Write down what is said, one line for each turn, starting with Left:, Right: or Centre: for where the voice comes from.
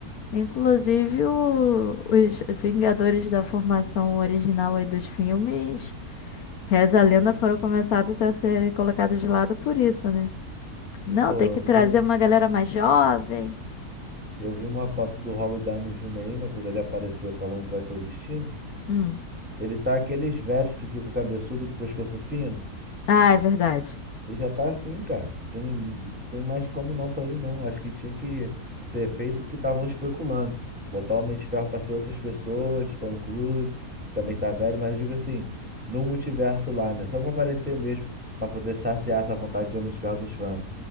Left: Inclusive, o- os Vingadores da formação original aí dos filmes, reza a lenda, foram começados a ser colocados de lado por isso, né? Não,
Centre: Pô,
Left: tem
Centre: eu
Left: que
Centre: vi,
Left: trazer uma galera mais jovem.
Centre: eu vi uma foto do Robert Downey Jr. aí, né, quando ele apareceu falando qual é seu destino.
Left: Hum.
Centre: Ele tá aqueles velhos que ficam cabeçudo com o pescoço fino.
Left: Ah, é verdade.
Centre: Ele já tá assim, cara. Não Tem, não tem mais como não pra ele não. Acho que tinha que ter feito o que estavam especulando. Botar o Homem de Ferro pra ser outras pessoas, Tom Cruise, que também tá velho, mas eu digo assim, no multiverso lá, né? Só pra aparecer mesmo, pra poder saciar essa vontade de Homem de Ferro dos fãs.